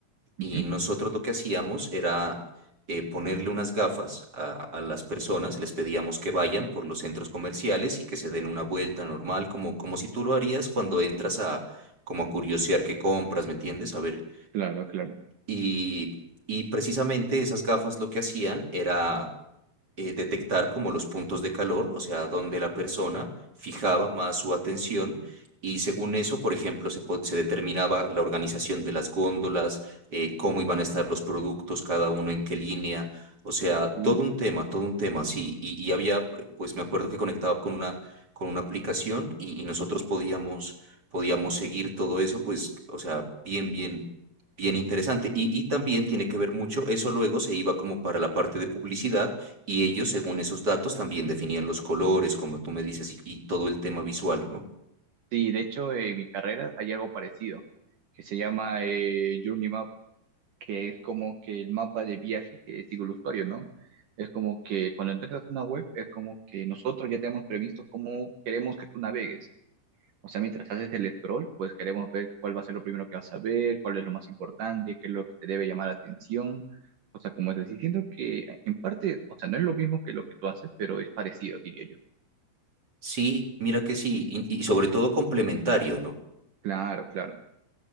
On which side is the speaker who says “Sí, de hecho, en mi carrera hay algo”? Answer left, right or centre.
Right